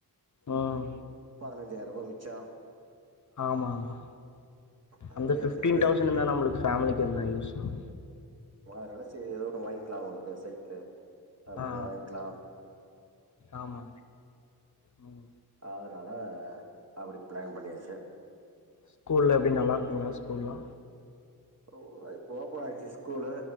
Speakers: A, on the left (about 50°); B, on the right (about 40°).
A: ம்
B: பதுனஞ்சாயிர ரூபா மிச்சாகு
A: ஆமாம்மா
B: அதெல்லாம்
A: அந்த ஃபிஃப்டீன்
B: எலக்ட்ரிக் பைக்
A: தௌசண்ட் இருந்தா நம்மளுக்கு ஃபேம்லிக்கு எதுன்ன யூஸ் ஆ
B: வா நெனச்சது எதோ ஒன்னு வாய்ங்க்லா அவ்ங்களுக்கு சைக்கிளு அது மாரி
A: ஆ
B: எதா வாய்ங்க்லா
A: ஆமா ம்
B: அதனால அப்டி பிளான் பண்ணியாச்சு
A: ஸ்கூல்ல எப்டி நல்லா இருக்குங்ளா ஸ்கூல்லா
B: ம் இப்ப ஓப்பன் ஆயிருச்சு ஸ்கூலு